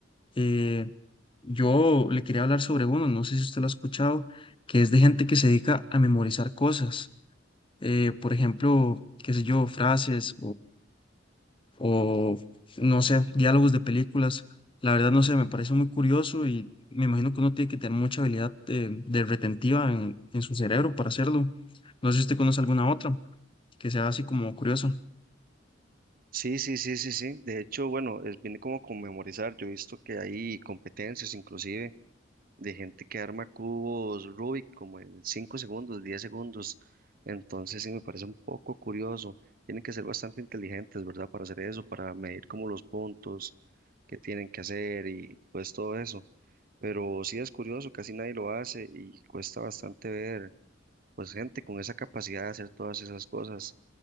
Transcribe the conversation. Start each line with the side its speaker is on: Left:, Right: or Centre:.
Left: Eh, yo le quería hablar sobre uno, no sé si usted lo ha escuchado, que es de gente que se dedica a memorizar cosas. Eh, por ejemplo, qué sé yo, frases o no sé, diálogos de películas. La verdad, no sé, me parece muy curioso y me imagino que uno tiene que tener mucha habilidad de, de retentiva en, en su cerebro para hacerlo. No sé si usted conoce alguna otra que sea así como curiosa.
Right: Sí, sí, sí, sí, sí. De hecho, bueno, es, viene como con memorizar. Yo he visto que hay competencias inclusive de gente que arma cubos Rubik como en 5 segundos, 10 segundos. Entonces sí me parece un poco curioso. Tienen que ser bastante inteligentes, ¿verdad? Para hacer eso, para medir como los puntos que tienen que hacer y pues todo eso. Pero sí es curioso, casi nadie lo hace y cuesta bastante ver pues gente con esa capacidad de hacer todas esas cosas.